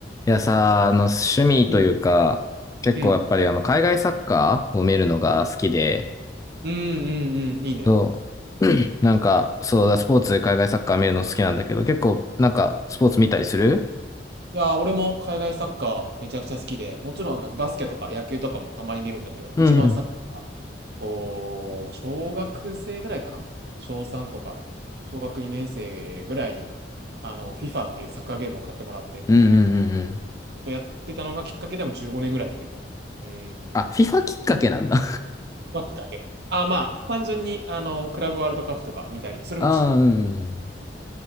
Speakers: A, on the left; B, on the right.
A: いやさ、あの、趣味というか、
B: うん。
A: 結構やっぱりあの、
B: うん。
A: 海外サッカーを見るのが好きで、
B: うん、うん、うん。いいね。
A: そう。<clears throat> なんか、そうだ、スポーツで海外サッカー見るの好きなんだけど、結構、なんか、スポーツ見たりする
B: いやー、俺も海外サッカーめちゃくちゃ好きで、もちろんなんかバスケとか野球とかもたまに見るんだけど、
A: うん
B: 一番サッカー、こう、小学生ぐらいかな小3とか、小学2年生ぐらいに、あの、FIFA っていうサッカーゲームを買ってもらって、
A: うんうんうんうん。
B: やってたのがきっかけでも15年ぐらい見てるかな。うん。
A: あ、FIFA きっかけなんだ。
B: まあ、きっかけ。あ、まあ、単純に、あの、クラブワールドカップとか見たり、
A: <laughs>
B: それもしてた。
A: ああ、うん。